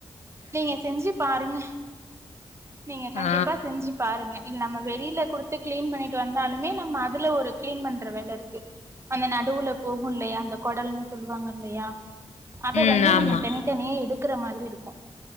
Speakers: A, on the right (about 25°); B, on the left (about 80°).
A: நீங்க செஞ்சு பாருங்க நீங்க
B: ஆ
A: கண்டிப்பா செஞ்சு பாருங்க இல் நம்ம வெளியில குடுத்து கிளீன் பண்ணிட்டு வந்தாலுமே நம்ம அதுல ஒரு கிளீன் பண்ற வேல இருக்கு அந்த நடுவுல போகுல்லையா அந்த குடல்ன்னு சொல்லுவாங்க இல்லையா அத
B: ம்
A: வந்து
B: ஆமா
A: நம்ம தனித்தனியா எடுக்கற மாதிரி இருக்கு